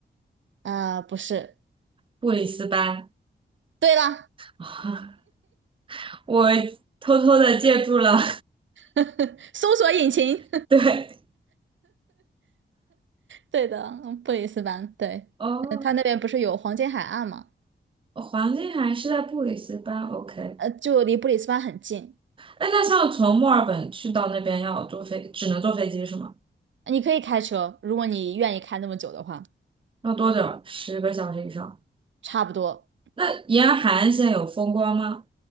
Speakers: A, on the right; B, on the right.
A: 呃，不是，
B: 布里斯班，
A: 对了，
B: <laughs> 我偷偷的借助了，
A: <laughs> 搜索引擎。
B: <laughs> 对，
A: 对的，嗯布里斯班，对，
B: 哦，
A: 呃，它那边不是有黄金海岸嘛，
B: 哦黄金海岸是在布里斯班，OK，
A: 呃，就离布里斯班很近，
B: 哎，那像从墨尔本去到那边要坐飞，只能坐飞机是吗？
A: 你可以开车，如果你愿意开那么久的话，
B: 要多久？十个小时以上。
A: 差不多
B: 那沿海岸线有风光吗？